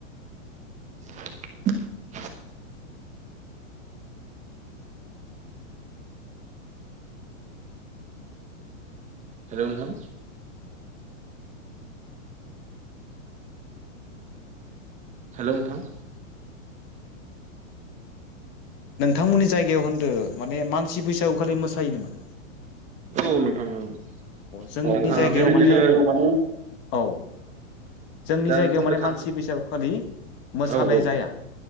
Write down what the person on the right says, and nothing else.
<inaudible> हेल' नोंथां। हेल' नोंथां।
औ नोंथां औ
जोंहा
बेबायदिनो
दा
बुंनो
थाङो
औ औ